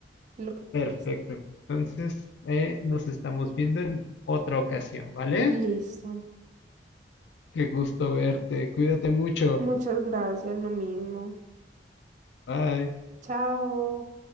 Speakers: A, on the right (about 40°); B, on the left (about 70°).
A: lo que
B: perfecto.
A: dices.
B: Entonces, eh, nos estamos viendo en otra ocasión, ¿vale?
A: Listo.
B: Qué gusto verte. Cuídate mucho.
A: Muchas gracias, lo mismo.
B: Bye.
A: Chao.